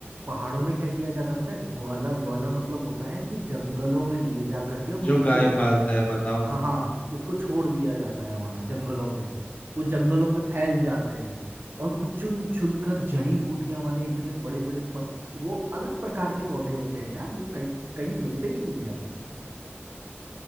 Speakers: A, on the right; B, on the left.
A: पहाड़ों में क्या किया जाता है पता है ग्वाला ग्वाला मतलब होता है कि जंगलों में ले जा करके उनको
B: जो गाय पालता है बताओ ना
A: हाँ हाँ उसको छोड़ दिया जाता है वहाँ जंगलों पे वो जंगलों पे फैल जाते हैं और वो चुन चुन कर जड़ी बूटियां वाले इतने बड़े बड़े पत वो अलग प्रकार के पौधे होते हैं यार वो कहीं कहीं मिलते ही नहीं है वो